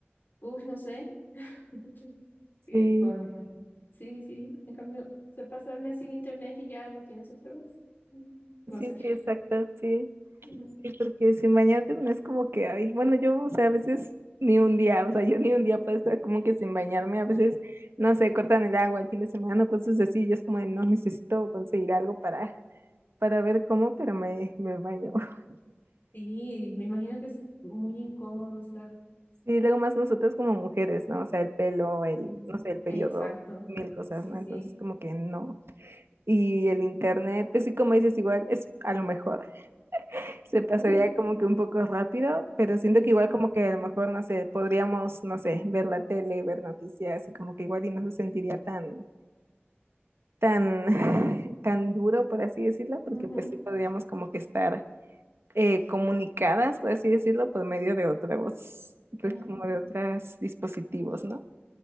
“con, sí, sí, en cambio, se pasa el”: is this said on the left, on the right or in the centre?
Left